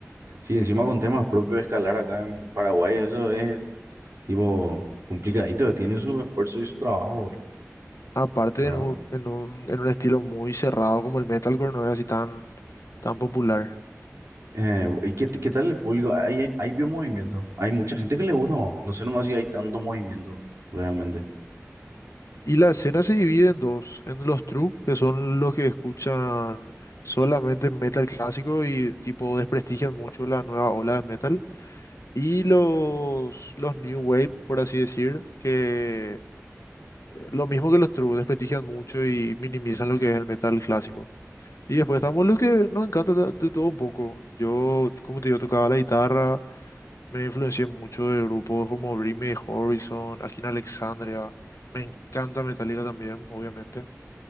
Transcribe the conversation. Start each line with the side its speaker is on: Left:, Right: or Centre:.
Right: Sí, encima con temas propios de escalar acá en Paraguay, eso es, tipo, complicadito. Tiene su esfuerzo y su trabajo, boludo,
Left: Aparte
Right: ¿verdad?
Left: en un, en un, en un estilo muy cerrado como el metalcore, no es así tan, tan popular.
Right: Eh, ¿y qué, qué tal el público? ¿Hay, hay vio movimiento? Hay mucha gente que le gusta, ¿no? No sé nomás si hay tanto movimiento, realmente.
Left: Y la escena se divide en dos, en los true, que son los que escuchan solamente metal clásico y tipo desprestigian mucho la nueva ola de metal. Y los, los new wave, por así decir, que Lo mismo que los true, desprestigian mucho y minimizan lo que es el metal clásico. Y después estamos lo que nos encanta de, de todo un poco. Yo, como te digo, tocaba la guitarra, me influencié mucho de grupos como Bring Me the Horizon, Akin Alexandria. Me encanta Metallica también, obviamente.